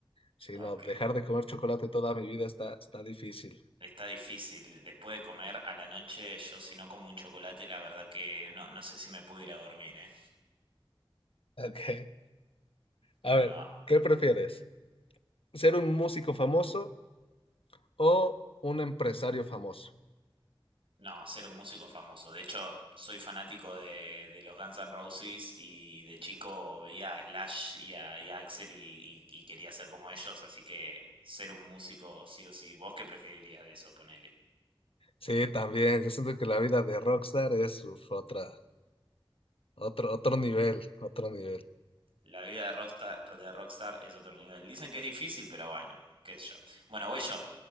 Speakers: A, on the left; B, on the right.
A: Si
B: Ok,
A: no, dejar de comer chocolate toda mi vida está, está difícil.
B: está difícil. Después de comer a la noche, yo si no como un chocolate, la verdad que no, no sé si me puedo ir a dormir, ¿eh?
A: <laughs> Ok.
B: Bueno,
A: A ver, ¿qué prefieres? ¿Ser un músico famoso o un empresario famoso?
B: no, ser un músico famoso. De hecho, soy fanático de, de los Guns N' Roses y de chico veía a Slash y a, y a Axel y, y- y quería ser como ellos, así que ser un músico sí o sí. ¿Vos qué preferirías de eso, ponele?
A: Sí, también. Yo siento que la vida de rockstar es uf, otra, otro, otro nivel, otro nivel.
B: La vida de Rockstar, de Rockstar es otro nivel. Dicen que es difícil, pero bueno, qué sé yo. Bueno, voy yo.